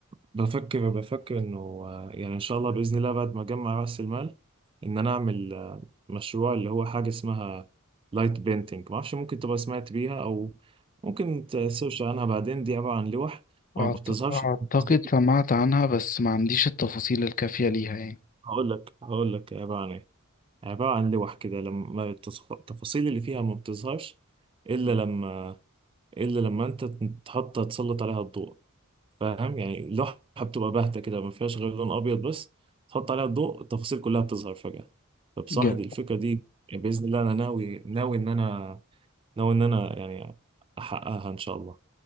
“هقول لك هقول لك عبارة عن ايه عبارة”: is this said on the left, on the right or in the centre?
Right